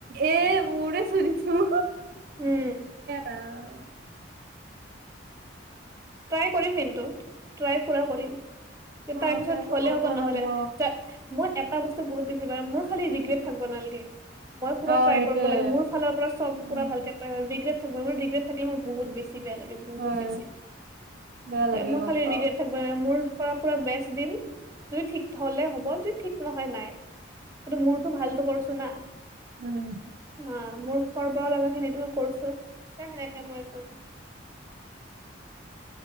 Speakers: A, on the right; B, on the right.
A: এ মোৰে শুনিছো
B: উম
A: অ
B: ট্ৰাই কৰিম কিন্তু ট্ৰাই পুৰা কৰিম
A: অ'
B: তাৰ পিছত
A: ট্ৰাইটো
B: হ'লে
A: কৰিব
B: হ'ব নহ'লে
A: লাগিব।
B: মই এটা বস্তু বহুত বেছি বাৰ মোৰ খালি ৰিগ্ৰেট থাকিব নালাগে মই পুৰা
A: অ'
B: ট্ৰাই
A: সেইটোয়ে।
B: কৰিব লাগে মোৰ ফালৰ পৰা চব
A: উম,
B: পুৰা ভালকে <unintelligible> ৰিগ্ৰেড থাকিল মোৰ বহুত বছি বেয়া লাগে বহুত
A: হয়
B: বেছি
A: বেয়া লাগে
B: মই
A: গম
B: খালি
A: পাওঁ।
B: ৰিগ্ৰেট থাকিব নালগে মোৰ পৰা পুৰা বেষ্ট দিম। যদি <unintelligible> হলে হ'ব <unintelligible> ঠিক নহয় নাই, কিন্তু মোৰতো ভালতো কৰছু না। অ
A: উম,
B: মোৰ কৰবাও লাগা খিনিতো মই কৰছো। <unintelligible> মই <unintelligible>